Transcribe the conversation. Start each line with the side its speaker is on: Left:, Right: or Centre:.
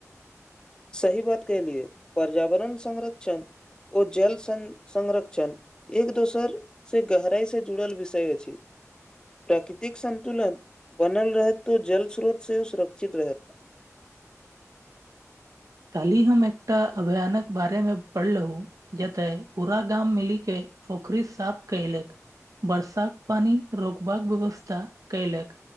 Left: सही बात केहलिये पर्यावरण संरक्षण ओ जल सं संरक्षण एक दोसर से गहराई से जुड़ल विषय अछि प्राकृतिक संन्तुलन बनल रहत तो जल स्रोत सेहो सुरक्षित रहत
Right: काली हम एकटा अभयानक बारे मे पढ़लहु जते पूरा गाम मिली के पोखरी साफ कलक वर्षाक पानी रोकबाक व्यवस्था कयलक